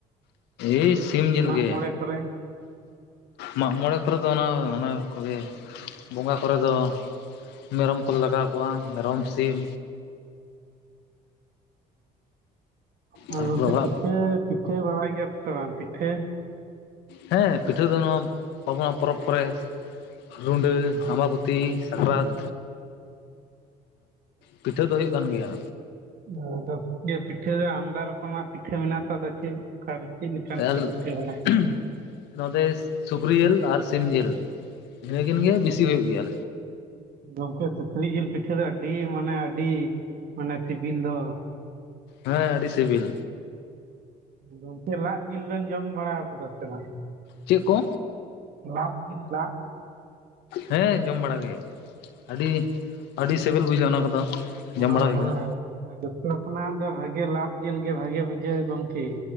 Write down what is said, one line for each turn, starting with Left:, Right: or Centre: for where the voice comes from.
Left: ᱮᱭ ᱥᱤᱢ ᱡᱤᱞ
Right: ᱢᱟᱜ
Left: ᱜᱮ᱾
Right: ᱢᱚᱬᱮ ᱠᱚᱨᱮ
Left: ᱢᱟᱜ ᱢᱚᱬᱮ ᱠᱚᱨᱮ ᱫᱚ ᱚᱱᱟ ᱚᱱᱟ ᱠᱚᱜᱮ ᱵᱚᱸᱜᱟ ᱠᱚᱨᱮ ᱫᱚ᱾ ᱢᱮᱨᱚᱢ ᱠᱚᱞᱮ ᱞᱟᱜᱟᱣ ᱠᱚᱣᱟ ᱢᱮᱨᱚᱢ ᱥᱤᱢ
Right: ᱦᱚᱸ
Left: ᱛᱟᱨᱯᱚᱨᱮ
Right: ᱜᱚᱢᱠᱮ
Left: ᱚᱲᱟᱜ
Right: ᱯᱤᱴᱷᱟᱹ ᱯᱤᱴᱷᱟᱹ ᱵᱟᱲᱟᱭ ᱜᱮᱭᱟ ᱯᱮ ᱥᱮ ᱵᱟᱝ ᱯᱤᱴᱷᱟᱹ
Left: ᱦᱮᱸ ᱯᱤᱴᱷᱟᱹ ᱫᱚ ᱱᱚᱣᱟ ᱟᱵᱩᱣᱟᱜ ᱯᱚᱨᱚᱵᱽ ᱠᱚᱨᱮ ᱨᱩᱰᱟᱹ ᱟᱢᱵᱟᱵᱚᱛᱤ ᱥᱟᱠᱨᱟᱛ ᱯᱤᱴᱷᱟᱹ ᱫᱚ ᱦᱩᱭᱩᱜ ᱠᱟᱱ ᱜᱮᱭᱟ᱾
Right: ᱜᱚᱝᱠᱮ ᱯᱤᱴᱷᱟᱹ ᱫᱚ ᱟᱢᱫᱟ ᱨᱚᱠᱚᱢᱟᱜ ᱯᱤᱴᱷᱟᱹ ᱢᱮᱱᱟᱜᱼᱟ ᱛᱚ ᱟᱫᱚ ᱪᱮᱫ ᱞᱮᱠᱟᱱ
Left: ᱮᱞ
Right: ᱯᱮ ᱯᱤᱴᱷᱟᱹ ᱵᱟᱲᱟᱭ ᱜᱮᱭᱟ?
Left: <inaudible> ᱱᱚᱸᱰᱮ ᱥᱩᱠᱨᱤ ᱡᱤᱞ ᱟᱨ ᱥᱤᱢ ᱡᱤᱞ ᱤᱱᱟᱹ ᱠᱤᱱ ᱜᱮ ᱵᱤᱥᱤ ᱦᱩᱭᱩᱜ ᱜᱮᱭᱟ᱾
Right: ᱜᱚᱝᱠᱮ ᱥᱩᱠᱨᱤ ᱡᱤᱞ ᱯᱤᱴᱷᱟᱹ ᱫᱚ ᱟᱹᱰᱤ ᱢᱟᱱᱮ ᱟᱹᱰᱤ ᱢᱟᱱᱮ ᱥᱤᱵᱤᱞ ᱫᱚ
Left: ᱦᱮᱸ ᱟᱹᱰᱤ ᱥᱤᱵᱤᱞ
Right: ᱜᱚᱝᱠᱮ ᱞᱟᱫ ᱡᱤᱞ ᱵᱮᱱ ᱡᱚᱢ ᱵᱟᱲᱟ ᱟᱠᱟᱫᱟ ᱥᱮ ᱵᱟᱝ?
Left: ᱪᱮᱫ ᱠᱚ
Right: ᱞᱟᱫ ᱡᱤᱞ ᱞᱟᱫ
Left: ᱦᱮᱸ ᱡᱚᱢ ᱵᱟᱲᱟ ᱜᱮ ᱟᱹᱰᱤ ᱟᱹᱰᱤ ᱥᱤᱵᱤᱞ ᱵᱩᱡᱷᱟᱹᱜᱼᱟ, ᱚᱱᱟ ᱠᱚᱫᱚ
Right: ᱦᱳᱭ
Left: ᱡᱚᱢ ᱵᱟᱲᱟ ᱦᱩᱭ
Right: ᱦᱳᱭ
Left: ᱟᱠᱟᱱᱟ᱾
Right: ᱡᱚᱛᱚ ᱠᱷᱚᱱᱟᱜ ᱫᱚ ᱵᱷᱟᱜᱤ ᱞᱟᱫ ᱡᱤᱞ ᱜᱮ ᱵᱷᱟᱜᱮ ᱵᱩᱡᱷᱟᱹ ᱜᱚᱝᱠᱮ